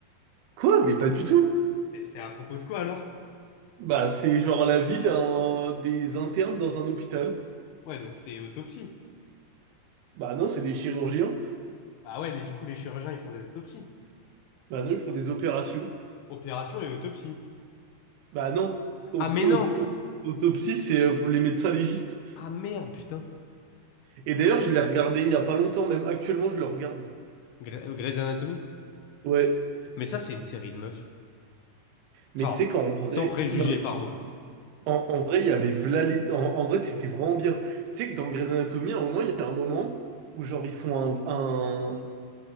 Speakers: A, on the right; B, on the left.
A: Quoi? Mais pas du tout.
B: Mais c'est à propos de quoi alors?
A: Bah, c'est genre la vie d'un des internes dans un hôpital.
B: Ouais, donc c'est autopsie.
A: Bah non, c'est des chirurgiens.
B: Ah ouais, mais du coup, les chirurgiens, ils font des autopsies.
A: Bah non, ils font des opérations.
B: Opération et autopsie.
A: Bah non. Au-
B: Ah mais
A: au-
B: non!
A: au- Autopsie, c'est euh, pour les médecins légistes.
B: Ah merde, putain.
A: Et d'ailleurs, je l'ai regardé il y a pas longtemps, même actuellement, je le regarde.
B: Gre- euh, Grey's Anatomy?
A: Ouais.
B: Mais ça, c'est une série de meufs.
A: Mais
B: Enfin,
A: tu sais qu'en vrai,
B: sans préjugés,
A: non mais
B: pardon.
A: en, en vrai, il y avait v'là les- en, en vrai, c'était vraiment bien. Tu sais que dans Grey's Anatomy, à un moment, il y a un moment où genre ils font un, un-